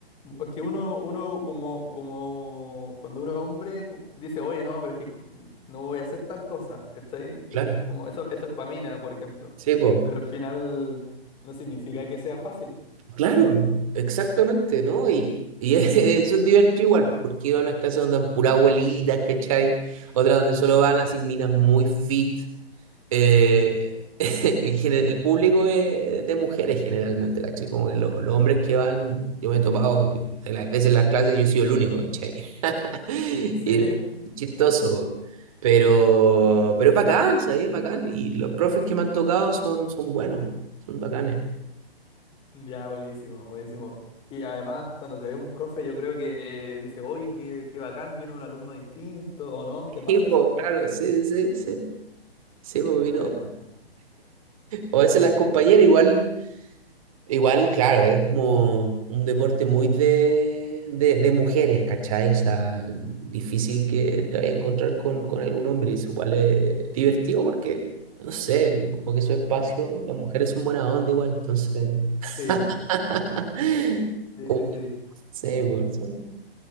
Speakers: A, on the left; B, on the right.
A: Es que uno, uno como, como cuando uno es hombre dice, oye, no, pero es que no voy a hacer tal cosa, ¿cachai?
B: claro,
A: Es- Como eso, eso es pamina, por ejemplo.
B: sí, po,
A: Pero al final no significa que sea fácil.
B: claro, exactamente, ¿no? Y, y <laughs> eso es divertido igual, po, porque iba a unas clases donde dan pura abuelitas, ¿cachai? Otras donde solo van
A: Mm.
B: así minas muy fit, Eh,
A: Sí,
B: <laughs> en gene- el público es de mujeres generalmente, ¿cachai? Como que los, los hombres que van, yo me he topado, yo- en las veces en las clases yo he sido el único, ¿cachai? <laughs> Y
A: sí.
B: chistoso, po. pero, pero es bacán, ¿sabes? Es bacán. Y los profes que me han tocado son, son buenos, son bacanes.
A: Ya, buenísimo, buenísimo. Y además, cuando te ve un profe, yo creo que eh, dice, oye, qué, qué bacán, vino un alumno distinto, ¿o no? ¿Te pasa
B: Sí, po,
A: eso?
B: claro, sí, sí, sí. Sí, po, vino.
A: Buena.
B: O a veces las compañeras igual. Igual, claro, es como un deporte muy de, de, de mujeres, ¿cachai? O sea, difícil que te vayas a encontrar con, con algún hombre. Eso igual es divertido porque, no sé, como que su espacio, las mujeres son buena onda igual, entonces.
A: Sí,
B: <laughs>
A: Sí,
B: Como
A: sí, sí.
B: que, no sé, por- son,